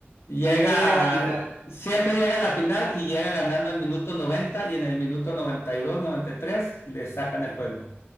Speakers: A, on the left; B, on the right.
A: Llega,
B: Siempre llega a la final.
A: a- siempre llega a la final y llega ganando en el minuto 90 y en el minuto 92, 93 le sacan el juego.